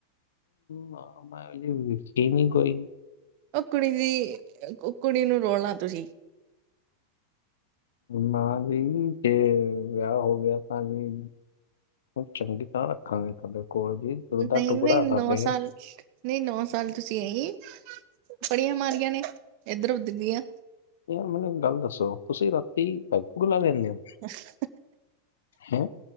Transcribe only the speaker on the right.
ਉਹ ਕੁੜੀ ਦੀ, ਉਹ ਕੁੜੀ ਨੂੰ, ਰੋਲਣਾ ਤੁਸੀਂ
ਨਹੀਂ,
ਨਹੀਂ ਨੌ
ਸਾਲ ਨਹੀਂ, ਨੌ ਸਾਲ ਤੁਸੀਂ ਆਈ ਫੜੀਆਂ ਮਾਰੀਆਂ ਨੇ, ਇੱਧਰ ਉੱਧਰ ਦੀਆਂ
ਅੱਛਾ